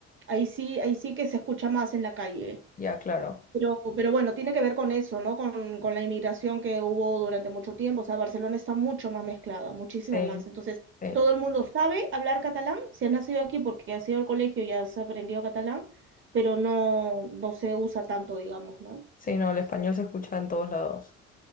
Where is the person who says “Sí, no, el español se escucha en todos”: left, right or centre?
Left